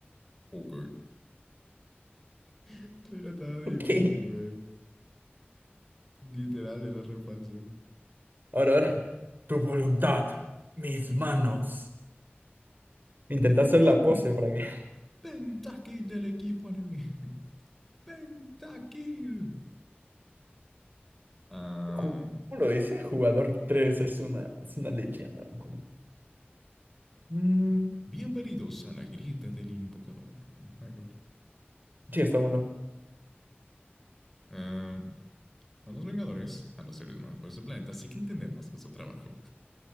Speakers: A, in the centre; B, on the right (about 50°).
A: ok. <laughs> No Era tan
B: Ok,
A: difícil, güey. Literal, era re fácil.
B: ahora, ahora. Tu voluntad, mis manos. Intenta hacer
A: Bien,
B: la pose para que.
A: pentakill del equipo enemigo. Pentakill. Ah,
B: Ju- ¿Cómo lo dice? Jugador 3 es una, es una leyenda. ¿no? Mm,
A: Bienvenidos a la grieta del invocador. Hay que ver.
B: sí, está bueno.
A: Am, a los Vengadores, a los seres más poderosos del planeta, sí que entendemos que es su trabajo.